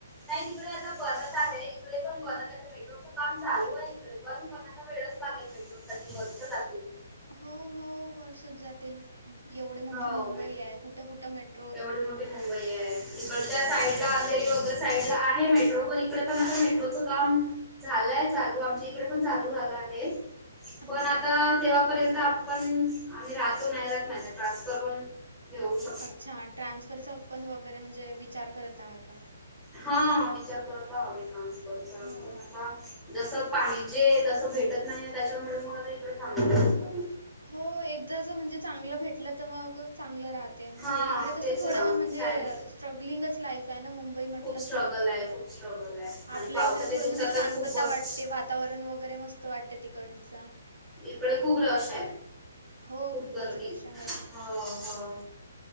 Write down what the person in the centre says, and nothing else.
नाही, तिकडे आता बनत आहे. इकडे पण, बन मेट्रोच काम, चालू आहे इकडे पण. पण आता वेळच लागेल, मेट्रो साठी वर्ष जातील.
हो
मेट्रो
एवढी मोठी मुंबई आहे. इकडच्या
साईड ला काही साईड ला आहे मेट्रो पण. इकडे पण आता मेट्रोचं काम झालंय चालू, आमच्या इकडे पण चालू झालं आहे. पण
आता तेव्हापर्यंत आ पण आम्ही राहतो नाही राहत, नाहीतर ट्रान्सफर पण घेऊ शकतो ना.
हा, विचार करत आहोत आम्ही ट्रान्सफरचा.
जस पाहिजे, तसं भेटत नाही त्याच्यामुळे मग इकडे थांबलो.
हा
तेच
ना
टायमिंग
खूप स्ट्रगल
आहे खूप स्ट्रगल आहे आणि
पावसाच्या
दिवसात
तर खूप बस
इकडे खूप रश आहे.
खूप
गर्दी,
हो हो.